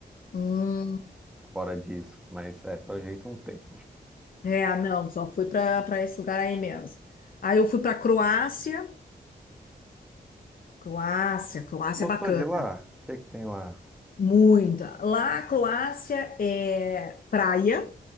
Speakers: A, on the left; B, in the centre.
A: Hum.
B: fora disso, mas é, pelo jeito não tem.
A: É, não, só fui para para esse lugar aí mesmo. Aí eu fui para Croácia. Croácia, Croácia
B: Gostou
A: é bacana.
B: de lá? O que é que tem lá?
A: Muita. Lá, a Croácia é praia,